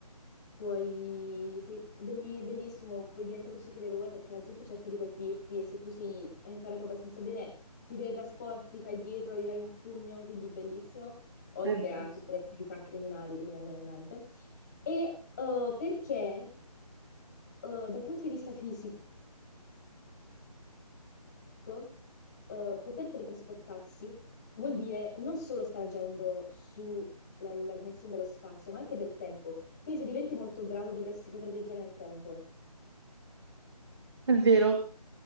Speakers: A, on the left; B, on the right.
A: Poi sei belli- bellissimo, puoi diventare un supereroe perché la gente cerca di colpirti e se tu sei, hai imparato abbastanza bene, ti teletrasporti, fai dietro, gli dai un pugno, quindi bellissimo, oltre
B: è vero,
A: a tutte le attività criminali che ti vengono in mente. E eh, perché eh, dal punto di vista fisico, eh, poter teletrasportarsi vuol dire non solo stare agendo sulla la dimensione dello spazio, ma anche del tempo. Quindi se diventi molto bravo dovresti poter viaggiare nel tempo.
B: è vero,